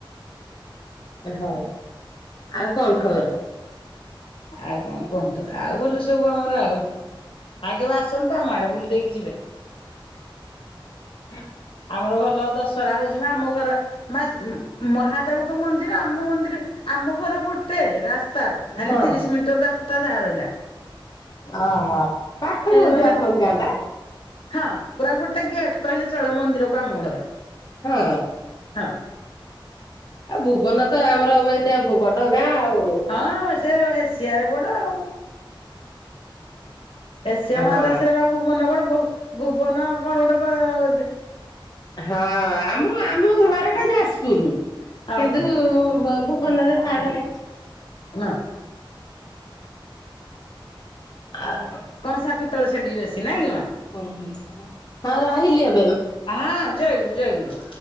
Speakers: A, on the left; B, on the left.
A: ହଁ ଆଉ କଣ ଖବର?
B: ଆଉ କଣ କୁହନ୍ତୁ ଆଉ ଭ ସବୁ ଆ ଆଉ ଆଗ ବା ଆସ ଆସନ୍ତୁ ଆମ ଆଡେ ବୁଲି ଦେଇକି ଯିବେ।
A: ହ
B: ଆମର ଭଲ ଦଶହରା ହଉଛି ମା ଆମ ଘର ମା ମହାଦେବଙ୍କ ମନ୍ଦିର ଆମ ମନ୍ଦିର ଆମ ଘର ଗୋଟେ ରାସ୍ତା ଖାଲି
A: ହଁ
B: ତିରିଶ ମିଟର ରାସ୍ତା ତ ଯାହା ରହିଲା।
A: ଓହୋ ପାଖରେ ବୋଧେ
B: ନହେଲେ
A: ଆପଣଙ୍କ ଗାଁ ଟା।
B: ହଁ। ପୁର ଗୋଟେ ଗେଟ କହିଲେ ଚଳେଳ ମନ୍ଦର ର କ ଆମ ଘର
A: ହଁ।
B: ହଁ
A: ଆଉ ଭୁବନ ତ ଆମର ଏତେ ବଡ ଗାଁ ଆଉ।
B: ହଁ ସେ ଏସିଆରେ ବଡ ଆଉ। ଏସିଆ
A: ହଁ
B: ମହାଦେଶରେ ବା ଭୁବନ ବଡ ବୁ ଭୁବନ କଣ ଗୋଟେ କ।
A: ହଁ ଆମ ଆମ ଘର ଟା ଯାଜ ପୁରୁ।
B: ଓହୋ
A: କିନ୍ତୁ ବ ବନରେ ବାହାଘର।
B: ନା।
A: ଆଉ
B: କନ୍ସା ପି ତଳେ ସେଠିକି ବେଶୀ ନାଇ କି ମା।
A: ଓ ହଁ। ରହିଲି ଏ
B: ହଁ ଜୟ ଗୁରୁ ଜୟ ଗୁରୁ।